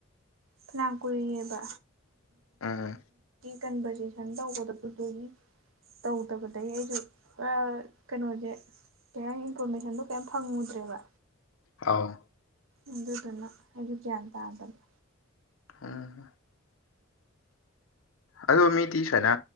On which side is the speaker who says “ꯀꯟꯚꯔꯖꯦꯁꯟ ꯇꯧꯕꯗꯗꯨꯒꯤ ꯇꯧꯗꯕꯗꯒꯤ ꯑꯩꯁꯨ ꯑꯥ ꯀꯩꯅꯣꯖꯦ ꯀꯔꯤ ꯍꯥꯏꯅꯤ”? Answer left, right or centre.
Right